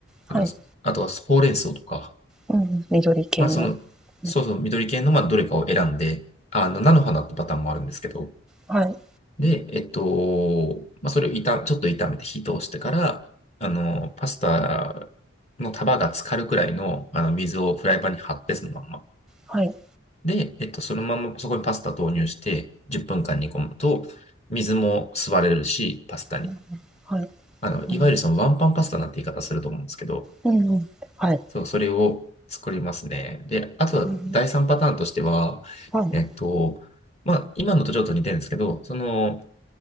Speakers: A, in the centre; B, on the left (about 30°).
A: はい。
B: あの、あとはほうれん草とか、
A: うん、緑系の。
B: まあ、その、そうそう、
A: うん、
B: 緑系の、まあ、どれかを選んで、あの、菜の花ってパターンもあるんですけど、
A: はい、
B: で、えっと、まあ、それを炒、ちょっと炒めて火通してから、あの、パスタの束が浸かるくらいの、あの、水をフライパンに張って、そのまんま。
A: はい、
B: で、えっと、そのままそこにパスタ投入して、10分間煮込むと、水も吸われるし、パスタに。
A: うん、はい、
B: あの、いわゆるそのワンパンパスタなんて言い方すると思うんですけど、
A: うん、うん、うんはい、
B: そう、それを作りますね。で、あとは第三パターンとしては、
A: うん、はい、
B: えっと、まあ、今のとちょっと似てるんですけど、その、